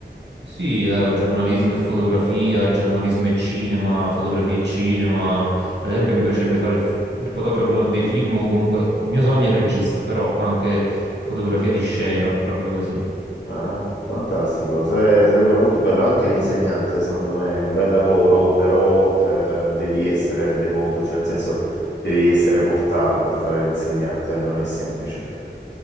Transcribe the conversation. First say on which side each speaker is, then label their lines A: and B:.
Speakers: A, on the right; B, on the left.
A: Sì, eh, giornalismo e fotografia, giornalismo e cinema, fotografia e cinema. Ad esempio, mi piacerebbe fare il, f- il fotografo dei film o comunque il mio sogno è il regista, però anche fotografia di scena, robe così.
B: Ah, fantastico. Sare- sarebbe molto bello. Anche l'insegnante, secondo me, è un bel lavoro, però eh, devi essere devoto, cioè nel senso devi essere portato per fare l'insegnante, eh, non è semplice.